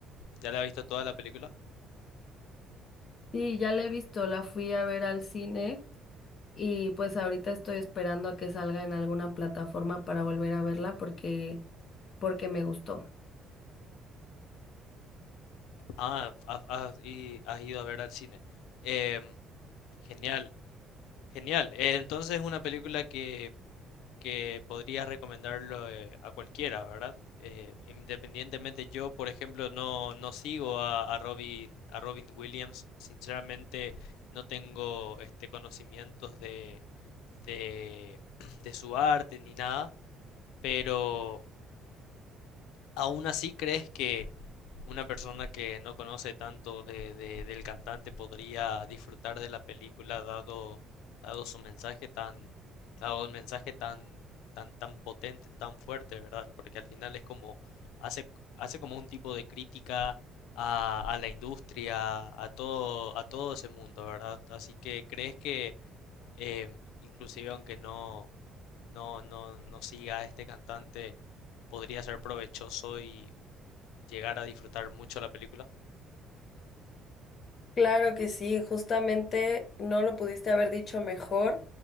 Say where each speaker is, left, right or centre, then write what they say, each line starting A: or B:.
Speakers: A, on the left; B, on the left.
A: ¿Ya la has visto toda la película?
B: Sí, ya la he visto, la fui a ver al cine. Y pues ahorita estoy esperando a que salga en alguna plataforma para volver a verla porque, porque me gustó.
A: Ah, has, has- y has ido a ver al cine. Em, genial, genial. Eh, entonces es una película que que podría recomendarlo eh, a cualquiera, ¿verdad? Eh, independientemente, yo, por ejemplo, no, no sigo a, a Robin, a Robin Williams. Sinceramente, no tengo este conocimientos de, de, <clears throat> de su arte ni nada, pero aún así crees que una persona que no conoce tanto de, de- del cantante podría disfrutar de la película dado, dado su mensaje tan, dado el mensaje tan, tan, tan potente, tan fuerte, ¿verdad? Porque al final es como, hace, hace como un tipo de crítica a, a la industria, a todo, a todo ese mundo, ¿verdad? Así que crees que Em, inclusive aunque no, no, no, no siga a este cantante, podría ser provechoso y llegar a disfrutar mucho la película.
B: Claro que sí, justamente no lo pudiste haber dicho mejor.